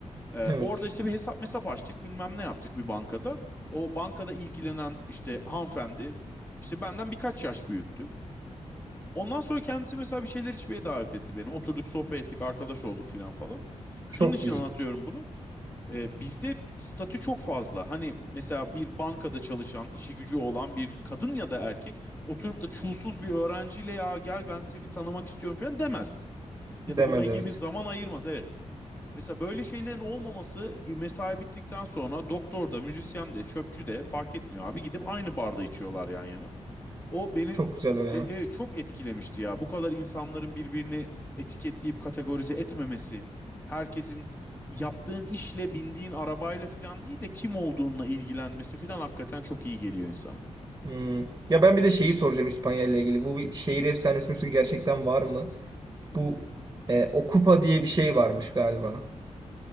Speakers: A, on the left (about 15°); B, on the right (about 25°).
A: Ee,
B: evet.
A: orada işte bir hesap mesap açtık bilmem ne yaptık bir bankada. O bankada ilgilenen işte hanımefendi işte benden birkaç yaş büyüktü. Ondan sonra kendisi mesela bir şeyler içmeye davet etti beni. Oturduk sohbet ettik arkadaş olduk filan falan. Şunun
B: Çok
A: için
B: iyi.
A: anlatıyorum bunu. E, bizde statü çok fazla. Hani mesela bir bankada çalışan, işi gücü olan bir kadın ya da erkek oturup da çulsuz bir öğrenciyle ya gel ben seni tanımak istiyorum falan demez. Ya
B: Demez
A: da buna ilgili
B: evet.
A: bir zaman ayırmaz evet. Mesela böyle şeylerin olmaması e, mesai bittikten sonra doktor da, müzisyen de, çöpçü de fark etmiyor abi. Gidip aynı barda içiyorlar yan yana. O beni
B: Çok güzel o ya.
A: e, e, çok etkilemişti ya. Bu kadar insanların birbirini etiketleyip kategorize etmemesi, herkesin yaptığın işle, bindiğin arabayla falan değil de kim olduğunla ilgilenmesi falan hakikaten çok iyi geliyor insana.
B: Hmm. Ya ben bir de şeyi soracağım İspanya ile ilgili. Bu bir şehir efsanesi mi gerçekten var mı? Bu e, Okupa diye bir şey varmış galiba.